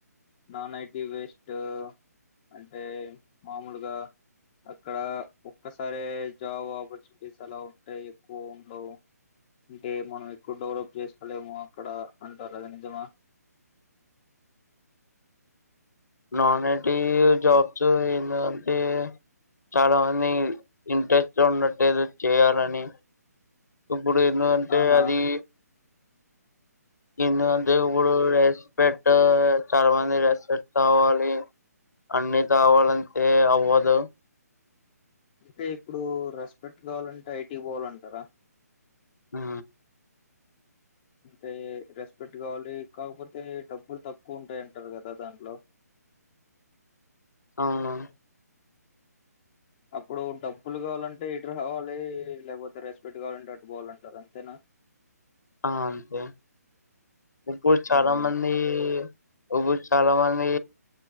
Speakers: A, on the left; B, on the left.
A: నాన్ ఐటీ వేస్ట్ అంటే మామూలుగా అక్కడ ఒక్కసారే జాబ్ ఆపర్చునిటీస్ అలా ఉంటాయి ఎక్కువ ఉండవ్ అ మనం ఎక్కువ డెవలప్ చేస్త ఏమో అక్కడ అంటారు కదా నిజమా
B: నాన్ ఐటీ జాబ్స్ ఎందుంటే చాలా మంది ఇంట్రెస్ట్ ఉండట్లేదు చేయాలని ఇప్పుడు ఎందుకు అంటే
A: ఆహా
B: అది ఎందుకంటే ఇప్పుడు రెస్పెట్ చాలా మంది రెస్పెట్ కావాలి అన్ని కాావాలంటే అవ్వదు
A: అంటే ఇప్పుడు రెస్పెక్ట్ కావాలంటే ఐటీ పోవాలంటారా
B: ఆ
A: అంటే రెస్పెక్ట్ కావాలి కాకపోతే డబ్బులు తక్కువ ఉంటాయంటారు కదా దాంట్లో
B: అవును
A: అప్పుడు డబ్బులు కావాలంటే ఇటురు కావాలి లేకపోతే రెస్పెక్ట్ కావాలంటే అటు పోవాలంటారు అంతేనా
B: అ అంతే ఇప్పుడు చాలా
A: ఉమ్.
B: మంది ఇప్పుడు చాలా మంది